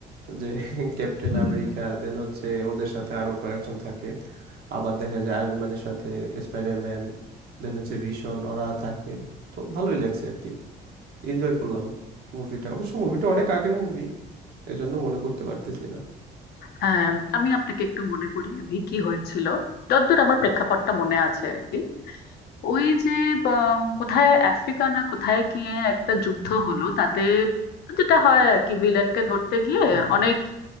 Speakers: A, on the right; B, on the left.
A: যে <laughs> ক্যাপ্টেন
B: <laughs>
A: আমেরিকা দেন হচ্ছে ওদের সাথে আরো কয়েকজন থাকে আবার দেখা যায় আয়রন ম্যানের সাথে স্পাইডারম্যান দেন হচ্ছে ভিশন ওরা থাকে তো ভালোই লাগছে আর কি এনজয় করলাম মুভিটা অবশ্য মুভিটা অনেক আগের মুভি এজন্য মনে করতে পারতেছি না
B: হ্যাঁ আমি আপনাকে একটু মনে করিয়ে দিই কি হয়েছিল যতদূর আমার প্রেক্ষাপটটা মনে আছে আর কি ওই যে উম, কোথায় আফ্রিকা না কোথায় গিয়ে একটা যুদ্ধ হলো তাতে যেটা হয় আর কি ভিলেনকে ধরতে গিয়ে
A: হুম হুম
B: অনেক